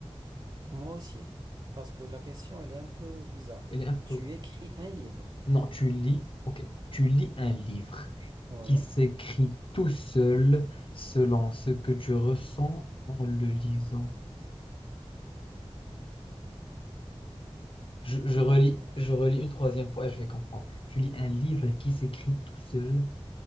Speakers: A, on the right (about 45°); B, on the left (about 55°).
A: Moi aussi. Parce que la question, elle est un peu bizarre.
B: Elle est un peu...
A: Tu écris un livre.
B: Non, tu lis, ok, tu lis un livre
A: Ouais.
B: qui s'écrit tout seul selon ce que tu ressens en le lisant. Je, je relis,
A: D'accord.
B: je relis une troisième fois et je vais comprendre. Tu lis un livre qui s'écrit tout seul.